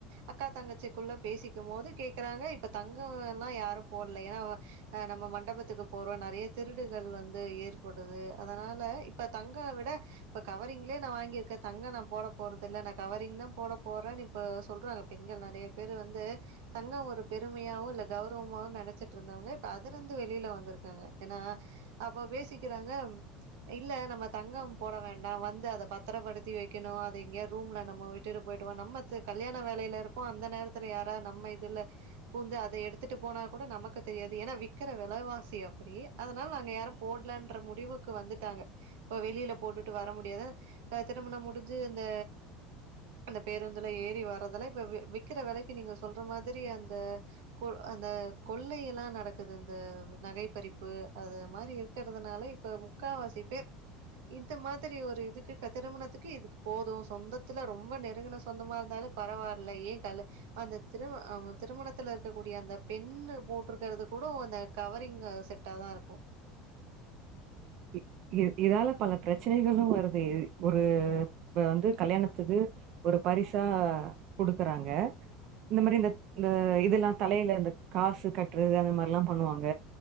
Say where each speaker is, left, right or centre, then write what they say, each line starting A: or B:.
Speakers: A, on the right; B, on the right.
A: அக்கா தங்கச்சிக்குள்ள பேசிக்கும் போது கேக்குறாங்க இப்ப தங்கம்லா யாரு போட்ல ஏனா அ நம்ம மண்டபத்துக்கு போறோ நெறைய திருடுகள் வந்து ஏற்படுது அதனால இப்ப தங்க விட இப்ப கவரிங்லே நா வாங்கி இருக்கே தங்கோ நா போட போறதில்ல நா கவரிங் தா போட போறேனு இப்போ சொல்றாங்க பெண்கள் நெறைய பேரு வந்து தங்கம் ஒரு பெருமையாவு இல்ல கௌரவமாவு நெனைச்சிட்டு இருந்தவங்க இப்ப அதுல இருந்து வெளில வந்திருக்காங்க ஏனா அப்போ பேசிக்கிறாங்க ம் இல்ல நம்ம தங்கம் போட வேண்டா வந்து அத பத்தரப்படுத்தி வைக்கணு அத எங்கயோ ரூம்ல நம்ம வி திருடு போயிருவான் நம்ம கல்யாண வேலையில இருப்போ அந்த நேரத் தில யாரா நம்ம இதுல பூந்து அத எடுத்துட்டு போனா கூட நமக்கு தெரியாது ஏனா வி விக்கிற விலைவாசி அப்படி அதனால நாங்க யாரும் போடலன்ற முடிவுக்கு இப்ப வந்துட்டாங்க இப்ப வெளியில போட்டுட்டு வர முடியாத திருமண முடிஞ்சு அந்த அந்த பேருந்துல ஏறி வர்றதல்லா இப்ப விக்கிற வெலைக்கு நீங்க சொல்ற மாதிரி அந்த கொ அந்த கொள்ளையல்லா நடக்குது இந்த நகை பறிப்பு அது மாதிரி இரு இருக்கிறதுனால இப்ப முக்கா வாசி பேர் இந்த மாதிரி ஒரு இதுக்கு க திருமணத்துக்கு இதுக்கு போது சொந்தத்துல ரொம்ப நெருங்கின சொந்தமா இருந்தாலு பரவால்ல ஏ கலு அந்த திரு அ திருமணத்துல இருக்கக்கூடிய அந்த பெண்ணு போட்ருக்கிறது கூடோ அந்த கவரிங்கு செட் டாதா இருக்கு
B: இ இ இதால பல பிரச்சனைகளு வருது ஒரு வந்து கல்யாணத்துக்கு ஒரு பரிசா குடுக்குறாங்க இந்த மாரி இந்த இந்த இதல்லா தலையில இந்த காசு கட்டுறது அந்த மாரில்லா பண்ணுவாங்க